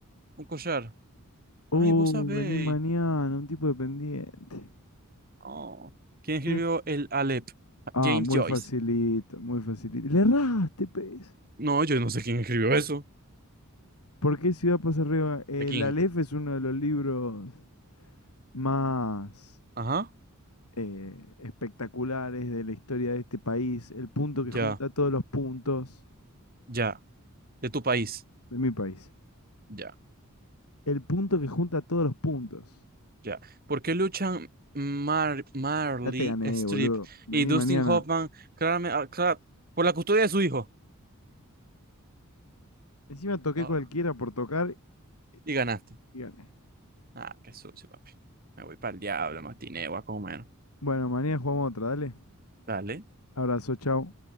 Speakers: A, on the right (about 40°); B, on the left (about 85°).
A: Un collar. Ay,
B: Oh,
A: vos sabéis.
B: vení mañana, un tipo dependiente.
A: Oh. ¿Quién escribió
B: ¿Quién es?
A: el Aleph?
B: Ah,
A: James
B: muy
A: Joyce.
B: facilito, muy facilito. Le erraste, pez.
A: No, yo no sé quién escribió eso.
B: ¿Por qué Ciudad pasa arriba? El
A: ¿De quién?
B: Aleph es uno de los libros más
A: Ajá.
B: eh, espectaculares de la historia de este país. El punto que junta
A: Ya,
B: todos los puntos
A: ya. De tu país.
B: de mi país.
A: Ya.
B: El punto que junta todos los puntos.
A: Ya. ¿Por qué luchan Mar- Marley
B: Ya te gané,
A: Strip
B: boludo. Vení
A: y Dustin
B: mañana.
A: Hoffman claramente, ah, cla- por la custodia de su hijo?
B: Encima toqué
A: Ah,
B: cualquiera por tocar y
A: y ganaste.
B: y gané.
A: Ah, qué sucio, papi. Me voy para el diablo, matineo a comer.
B: Bueno, mañana jugamos otra, dale.
A: Dale.
B: Abrazo, chao.